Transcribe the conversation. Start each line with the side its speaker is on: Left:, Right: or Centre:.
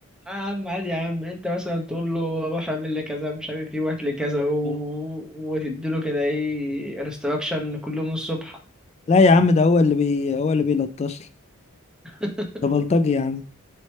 Centre: يا عم عادي يا عم انت مثلا تقول له روح اعمل لي كذا مش عارف ايه وهات لي كذا و...
Left: آه.
Centre: وتديله كده ايه انستراكشن كل يوم الصبح
Left: لا يا عم ده هو اللي بي هو اللي بيلطش لي
Centre: <laughs>
Left: ده بلطجي يا عم